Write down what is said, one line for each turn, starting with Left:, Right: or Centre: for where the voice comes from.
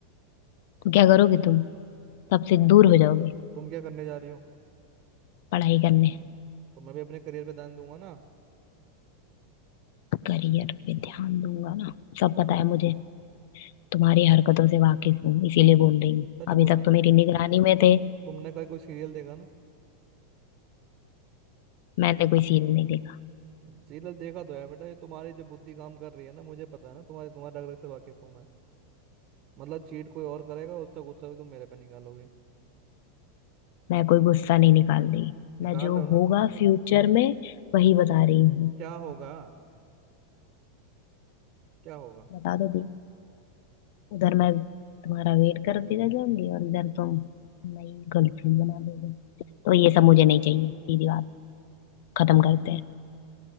Left: क्या करोगे तुम सबसे दूर
Right: मैं भी
Left: हो
Right: तुम
Left: जाओगे
Right: क्या करने जा रही हो
Left: पढ़ाई करने
Right: तो मैं भी अपने करियर पे ध्यान दूंगा ना
Left: करियर पे ध्यान दूंगा ना सब पता है मुझे तुम्हारी हरकतों से वाकिफ हूँ इसीलिए बोल रही हूँ
Right: सच
Left: अभी
Right: बोलना
Left: तक तो
Right: तुम
Left: मेरी निगरानी में
Right: तुम
Left: थे
Right: तुमने कल कोई सीरियल देखा ना
Left: मैंने कोई सीन नहीं देखा
Right: सीरियल देखा तो है बेटा ये तुम्हारी जो बुद्धि काम कर रही है ना मुझे पता है ना तुम्हारे तुम्हारे रग रग से वाकिफ हूँ मैं मतलब चीट कोई और करेगा उसका गुस्सा भी तुम मेरे पे निकालोगे
Left: मैं कोई गुस्सा नहीं निकाल रही
Right: निकाल
Left: मैं जो
Right: रहे हो ना
Left: होगा
Right: तो
Left: फ्यूचर में वही बता रही हूँ
Right: क्या होगा क्या होगा
Left: बता दो भैया उधर मैं तुम्हारा वेट करती रह जाऊंगी और इधर तुम नई गर्लफ्रेंड बना दोगे तो ये सब मुझे नहीं चाहिए सीधी बात खत्म करते हैं